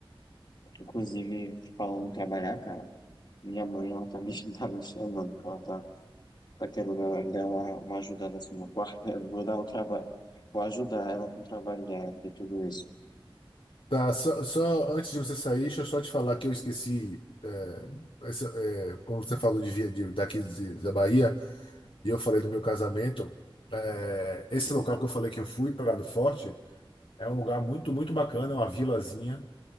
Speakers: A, on the left (about 50°); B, on the left (about 70°).
A: Inclusive, falando em trabalhar, cara, minha mãe, ela tá me, <laughs> tá me chamando, porque ela tá, tá querendo ela- dar uma, uma ajudada assim no quarto. <laughs> Eu vou dar um trabalho, vou ajudar ela com o trabalho dela, de tudo isso.
B: Tá, só, só antes de você sair, deixa eu só te falar que eu esqueci. é, essa- é, como você falou de, via- de- daqui de- da Bahia, e eu falei do meu casamento, é, esse local que eu falei que eu fui, Prado Forte, é um lugar muito, muito bacana, é uma vilazinha.